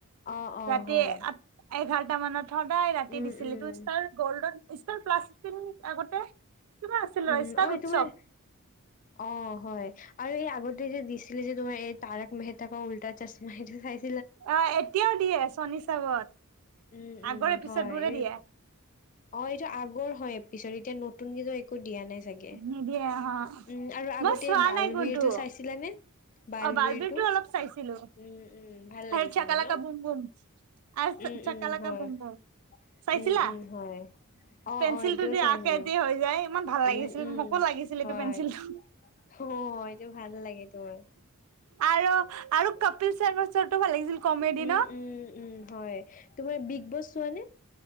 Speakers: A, on the left (about 35°); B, on the right (about 85°).
A: অ', অ',
B: ৰাতি
A: হয়
B: আট এঘাৰ টা মানত সদায় ৰাতি
A: উম,
B: দিছিলি
A: উম,
B: তো ষ্টাৰ গল্ড ষ্টাৰ প্লাছ দিছিল নিকি আগতে কিবা আছিল
A: উম
B: ৰ ষ্টাৰ
A: ঐ
B: উৎসৱ
A: তোমাৰ অ হয় আৰু এই আগতে যে দিছিলে যে তোমাৰ এই তাৰক মেহেতা কা উল্টা চাচমা হেটো চাইচা
B: অ এতিয়াও দিয়ে চনিচাবত
A: উম, উম,
B: আগৰে পিছত
A: হয়
B: বোৰে
A: এই
B: দিয়ে
A: অ এইটো আগৰ হয় পিছত এতিয়া নতুনকে যে একো দিয়া নাই চাগে
B: নিদিয়ে অ
A: উম আৰু আগতে
B: মই চোৱা
A: বাল
B: নাই কোনটো
A: বিৰটো চাইছিলা নে বালবীৰটো
B: অ বাৰ্বিৰটো অলপ চাইছিলো
A: উম উম ভাল লাগিছিলে
B: আৰু চাকালাকা
A: ন
B: বুম বুম আৰু
A: উম
B: চাকালাকা
A: উম হয়
B: বুম বুম চাইছিলা
A: উম উম হয় অ
B: পেঞ্চিলটো
A: অ এইটোও
B: যে
A: চাইছিলো
B: আকে যে হৈ যায় ইমান ভাল লাগিছিল
A: উম উম
B: মোকো লাগিছিল
A: হয়
B: এইটো পেঞ্চিলটো
A: অ এইটো ভাল লাগে তোৰ
B: আৰু আৰু কপিল শৰ্মাৰ চ টো ভাল লাগিছিল কমেডি
A: উম
B: ন
A: উম উম উম হয় তোমাৰ বিগ বছ চোৱানে?